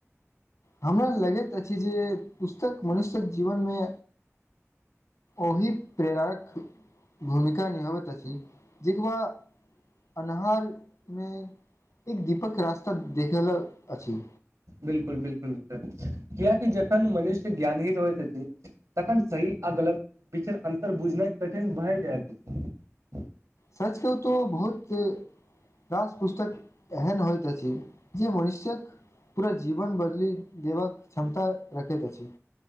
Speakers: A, on the left; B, on the right.
A: हमरा लगैत अछि जे पुस्तक मनुष्यक जीवन मे ओहि प्रेरारक भूमिका निभाबैत अछि जेकबा अन्हार मे एक दीपक रास्ता देखेल अछि।
B: बिलकुल -बिलकुल कियकि जखन मनुष्य ज्ञान ही रहैत अछि तखन सही आ गलत पीचर अन्तर बुझनाइ कठिन भय जाइत अछि।
A: सचके ओ तऽ बहुत रास पुस्तक एहन होइत अछि जे मनुष्यक। पूरा जीवन बदली। देबाक क्षमता रखैत अछि।